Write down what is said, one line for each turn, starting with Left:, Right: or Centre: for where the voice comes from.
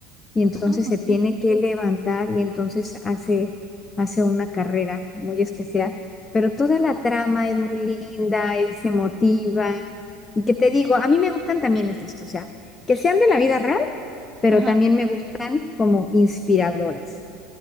Left: Y entonces
Right: Ah, ok.
Left: se tiene que levantar y entonces hace, hace una carrera muy especial. Pero toda la trama es muy linda, es emotiva. Y que te digo, a mí me gustan también estas, o sea, que sean de la vida real, pero
Right: Ajá,
Left: también me gustan como inspiradoras.